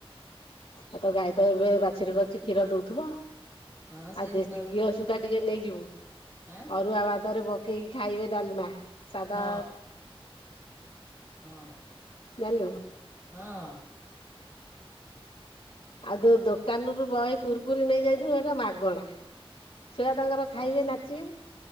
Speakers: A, on the left; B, on the right.
A: ଆଉ ତ ଗାଈ ତ ଏବେ ବାଛୁରୀ କରିଛି କ୍ଷୀର ଦଉଥିବ।
B: ହଁ ସେ
A: ଆଉ ଦେଶୀ
B: ସେତେବେଳକୁ
A: ଘିଅ ସୁଧା ଟିକେ ନେଇଯିବୁ
B: ଆଁ
A: ଅରୁଆ ଭାତରେ କେହି ଖାଇବେ ଡାଲମା ସାଧା
B: ହଁ ହଁ
A: ଜାଣିଲୁ
B: ହଁ
A: ଆଉ ଯୋ ଦୋକାନରୁ ବହେ କୁରୁକୁରି ନେଇ ଯାଇଥିବ ଏଟା ମାଗଣା ଛୁଆ ତାଙ୍କର
B: ସବୁ
A: ଖାଇବେ ନାଚିବେ
B: ଦି